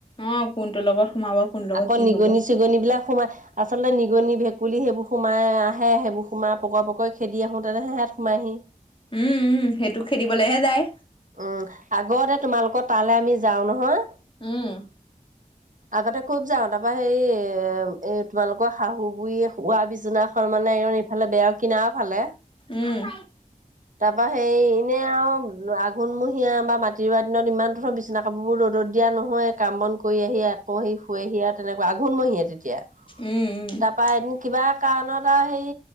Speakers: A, on the left; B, on the right.
A: অঁহ কোনটো লগত, সোমাব কোনটোৰ লগত
B: আকৌ
A: কি
B: নিগনি
A: হব
B: চিগনি বিলাক সোমাই, আচলতে নিগনি ভেকুলী বুলি সেইবোৰ সোমাই আহে। সেইবোৰ সোমাই পকৰ পকৰে খেদি আহো তেনেহে সেইয়াত সোমাইহি।
A: উম উম সেইটো খেদিবলেহে যায়।
B: উম আগতে তোমালোকৰ তালৈ আমি যাওঁ নহয়।
A: উম
B: আগতে খুব যাওঁ তাৰ তাৰপৰা সেই এ তোমালোকৰ শাহু বুঢ়ী শোৱা বিচনাখন মানে এ ইফালে বেয়াও কিনা না ফালে,
A: উম।
B: তাৰপা হেৰি এনে আৰু আঘোণমহীয়া বা মাটি ৰুৱা দিনত ইমান ধোৰৰ বিছনা কাপোৰ বোৰ ৰদ দিয়া নহয়, কাম বন কৰি আহি আকৌ সি শুৱে আহি আৰু তেনেকুৱা আঘোণমহিয়ে তেতিয়া।
A: উম উম
B: তাৰপা এদিন কিবা কাৰণত আৰু সেই